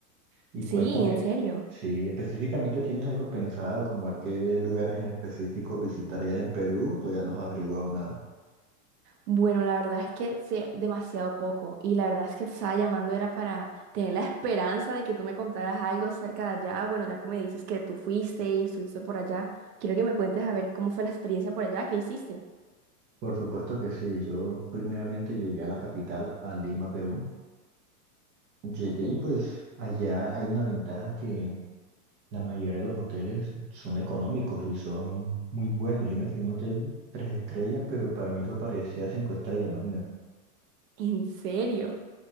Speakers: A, on the right; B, on the right.
A: Y
B: Sí,
A: cuéntame,
B: en serio.
A: si específicamente tienes algo pensado, como a qué lugares en específico visitar allá en Perú, todavía no has averiguado nada.
B: Bueno, la verdad es que sé demasiado poco y la verdad es que te estaba llamando era para tener la esperanza de que tú me contaras algo acerca de allá. Bueno, ya que me dices que tú fuiste y estuviste por allá, quiero que me cuentes a ver cómo fue la experiencia por allá, qué hiciste.
A: Por supuesto que sí, yo primeramente llegué a la capital, a Lima, Perú. Llegué
B: Ok.
A: y pues allá hay una ventaja que La mayoría de los hoteles son económicos y son muy buenos. Yo me quedé en un hotel tres estrellas, pero para mí eso parecía cinco estrellas, imagínate.
B: ¿En serio?